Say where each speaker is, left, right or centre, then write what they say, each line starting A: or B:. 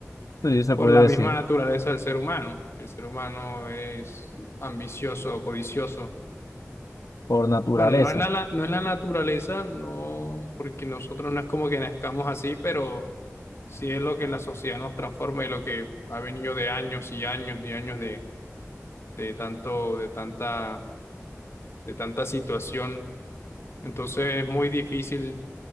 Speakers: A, on the left; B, on the left.
A: sí, se
B: por
A: puede
B: la misma
A: decir
B: naturaleza del ser humano, que el ser humano es ambicioso, codicioso.
A: por naturaleza,
B: Bueno, no es la, la- no es la naturaleza, no, porque nosotros no es como que nazcamos así, pero sí es lo que la sociedad nos transforma y lo que ha venido de años y años y años de tanto, de tanta, de tanta situación. Entonces es muy difícil